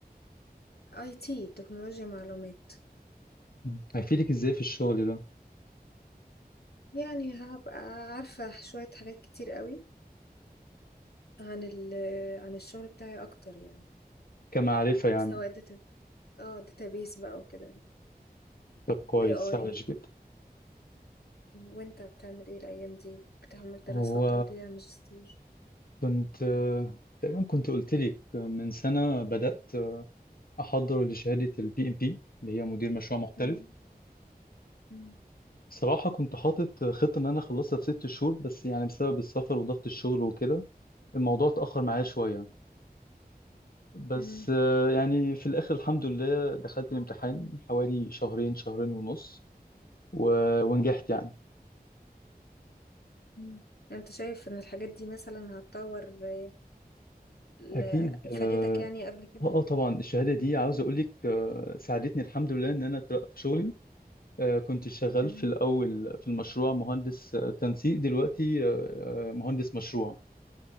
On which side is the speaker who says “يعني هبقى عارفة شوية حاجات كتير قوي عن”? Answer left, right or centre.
Left